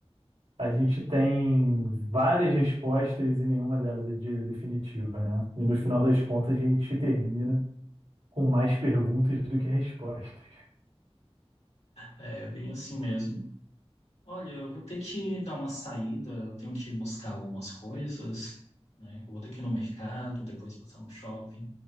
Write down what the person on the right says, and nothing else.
A gente tem várias respostas e nenhuma delas é de- definitiva, né? E no final das contas a gente termina com mais perguntas do que respostas.